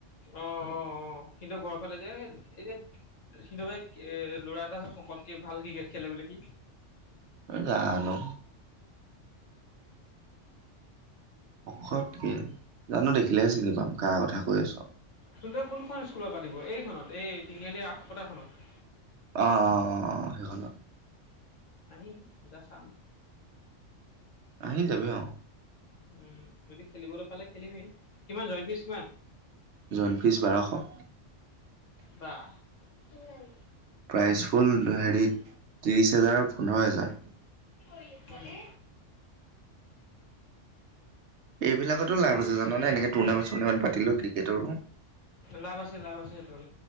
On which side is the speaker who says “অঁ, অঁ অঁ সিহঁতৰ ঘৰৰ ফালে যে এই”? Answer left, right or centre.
Left